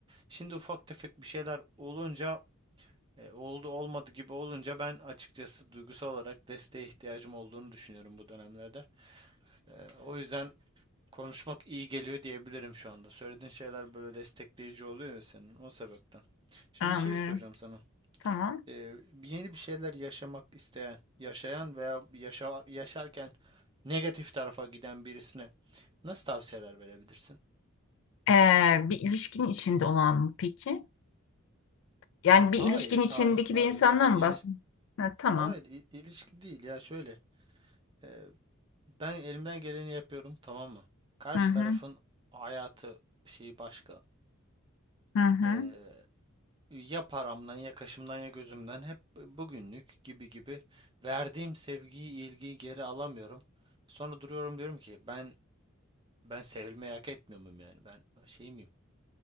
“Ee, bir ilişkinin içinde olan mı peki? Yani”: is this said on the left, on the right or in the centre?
Left